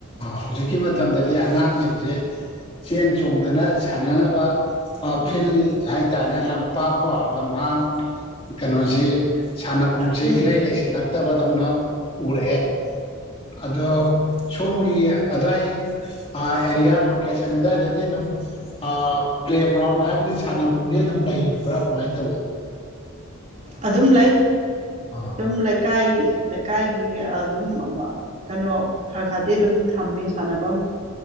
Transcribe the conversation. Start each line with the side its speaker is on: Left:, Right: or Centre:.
Left: ꯍꯧꯖꯤꯛꯀꯤ ꯃꯇꯝꯗꯗꯤ ꯑꯉꯥꯡꯖꯤꯡꯖꯦ ꯆꯦꯟ ꯆꯣꯡꯗꯅ ꯁꯥꯟꯅꯅꯕ ꯑ
Right: ꯎꯝ
Left: ꯐꯤꯜ ꯍꯥꯏꯇꯥꯔꯦ ꯂꯝꯄꯥꯛ ꯀꯣ ꯂꯝꯍꯥꯡ ꯀꯅꯣꯁꯤ ꯁꯥꯟꯅꯕꯨꯡꯁꯤ
Right: ꯎꯝ
Left: ꯏꯔꯩ ꯂꯩꯁꯤꯜꯂꯛꯇꯕꯗꯧꯅ ꯎꯔꯛꯑꯦ ꯑꯗꯣ ꯁꯣꯝꯒꯤ ꯑꯗꯨꯋꯥꯏ ꯑ ꯑꯦꯔꯤꯌꯥ ꯂꯣꯀꯦꯟ ꯀꯅꯣ ꯑꯗꯨꯋꯥꯏꯗꯗꯤ ꯗꯨꯝ ꯑꯥ ꯄ꯭ꯂꯦꯒ꯭ꯔꯥꯎꯟ ꯍꯥꯏꯗꯤ ꯁꯥꯟꯅꯕꯨꯡꯗꯤ ꯑꯗꯨꯝ ꯂꯩꯕ꯭ꯔꯥ ꯀꯃꯥꯏꯟ ꯇꯧꯏ
Right: ꯑꯗꯨꯝ ꯂꯩ
Left: <unintelligible>
Right: ꯑꯗꯨꯝ ꯂꯩꯀꯥꯏ ꯂꯩꯀꯥꯏꯒꯤ ꯑꯗꯨꯝ <unintelligible> ꯀꯅꯣ ꯈ꯭ꯔ ꯈ꯭ꯔꯗꯤ ꯑꯗꯨꯝ ꯊꯝꯃꯤ ꯁꯥꯟꯅꯕꯝ